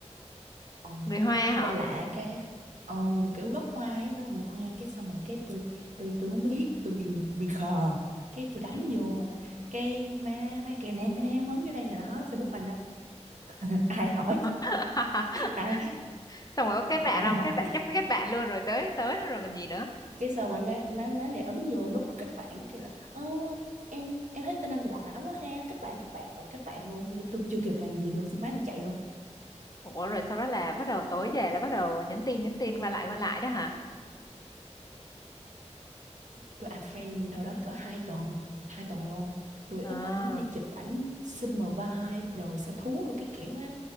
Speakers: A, on the right; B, on the left.
A: ờ,
B: người Hoa hả?
A: tên lạ cái ờ, kiểu gốc hoa ấy phải là người hoa cái xong rồi cái tôi tôi tôi không biết tôi bị bị khờ cái tôi đánh
B: Ừ.
A: vô cái má mấy kia nè nè em ấn vô đây nè đó Facebook mình đó <laughs> ai hỏi
B: <laughs>
A: ai
B: xong rồi có kết bạn
A: ai
B: không
A: hỏi
B: kết bạn chắc có kết bạn luôn rồi tới tới luôn rồi còn gì nữa
A: cái xong rồi má má má này ấn vô nút kết bạn cái là ơ em em thấy tên anh lạ quá ha kết bạn kết bạn rồi kết bạn luôn tôi chưa kịp làm gì luôn xong má này chạy luôn
B: ủa rồi sau đó là bắt đầu tối về là bắt đầu nhắn tin nhắn tin qua lại qua lại đó hả
A: tôi add friend đâu đó cỡ hai tuần hai tuần luôn tôi
B: à
A: úp ảnh đi chụp ảnh summer vibe rồi sở thú rồi cái kiểu á